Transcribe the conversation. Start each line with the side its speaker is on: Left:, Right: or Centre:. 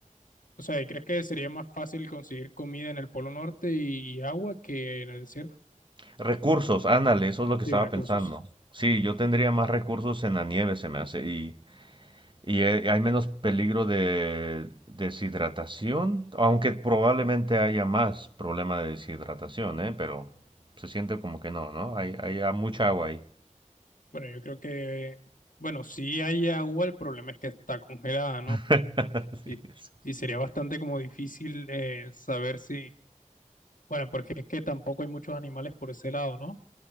Left: O sea, ¿y crees que sería más fácil conseguir comida en el Polo Norte y agua que en el desierto?
Right: Recursos, ándale, eso es lo que estaba
Left: Y recursos.
Right: pensando. Sí, yo tendría más recursos en la nieve, se me hace, y, y he- hay menos peligro de deshidratación, aunque probablemente haya más problema de deshidratación, ¿eh? Pero se siente como que no, ¿no? Hay, hay ah, mucha agua ahí.
Left: Bueno, yo creo que, bueno, si hay agua, el problema es que está congelada, ¿no?
Right: <laughs>
Left: Y,
Right: Sí.
Left: y sería bastante como difícil eh, saber si, bueno, porque es que tampoco hay muchos animales por ese lado, ¿no?